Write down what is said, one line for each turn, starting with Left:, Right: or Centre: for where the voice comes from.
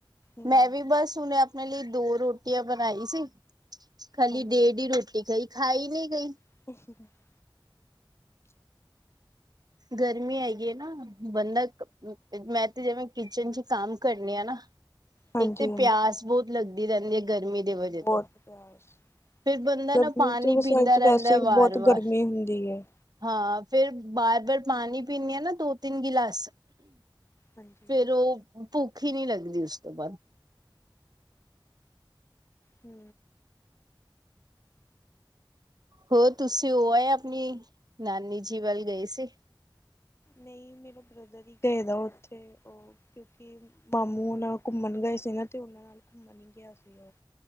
Left: ਹੂੰ
Right: ਮੈਂ ਵੀ ਬਸ ਉਹਨੇ ਆਪਣੇ ਲਈ ਦੋ ਰੋਟੀਆਂ ਬਣਾਈ ਸੀ, ਖਾਲੀ
Left: ਹਾਂਜੀ।
Right: ਡੇਢ ਈ ਰੋਟੀ ਖਾਈ ਖਾਈ ਨਹੀਂ ਗਈ।
Left: <inaudible>
Right: ਗਰਮੀ ਹੈਗੀ ਏ ਨਾ, ਬੰਦਾ ਮੈਂ ਤੇ ਜਿਵੇਂ ਕਿਚਨ'ਚ ਕੰਮ ਕਰਨੀ ਆ ਨਾ
Left: ਹਾਂਜੀ
Right: ਇੱਕ ਤੇ
Left: ਹਾਂਜੀ
Right: ਪਿਆਸ ਬਹੁਤ ਲੱਗਦੀ ਰਹਿੰਦੀ ਏ, ਗਰਮੀ ਦੇ ਵਜੇ
Left: ਬਹੁਤ
Right: ਤੋਂ
Left: ਪਿਆਸ।
Right: ਫਿਰ ਬੰਦਾ ਨਾ
Left: ਗਰਮੀ'ਚ,
Right: ਪਾਣੀ
Left: ਰਸੋਈ'ਚ
Right: ਪੀਂਦਾ ਰਹਿੰਦਾ
Left: ਵੈਸੇ ਵੀ
Right: ਵਾਰ
Left: ਬਹੁਤ
Right: ਵਾਰ
Left: ਗਰਮੀ ਹੁੰਦੀ ਏ।
Right: ਹਾਂ, ਫੇਰ ਬਾਰ-ਬਾਰ ਪਾਣੀ ਪੀਂਨੇ ਆ ਨਾ, ਦੋ-ਤਿੰਨ ਗਿਲਾਸ
Left: ਹਾਂਜੀ
Right: ਫੇਰ ਉਹ ਭੁੱਖ ਈ ਨਹੀਂ ਲੱਗਦੀ, ਉਸ ਤੋਂ ਬਾਅਦ।
Left: ਹੂੰ
Right: ਹੋਰ ਤੁਸੀਂ ਹੋ ਆਏ ਅਪਨੀ, ਨਾਨੀ ਜੀ ਵੱਲ ਗਏ ਸੀ?
Left: ਨਹੀਂ, ਮੇਰਾ ਬ੍ਰਦਰ ਹੀ ਗਏਦਾ ਉੱਥੇ, ਉਹ ਕਿਉਂਕਿ ਮਾਮੂ ਨਾਲ ਘੁੰਮਣ ਗਏ ਸੀ ਨਾ, ਤੇ ਉਹਨਾਂ ਨਾਲ ਘੁੰਮਣ ਈ ਗਿਆ ਸੀ ਉਹ।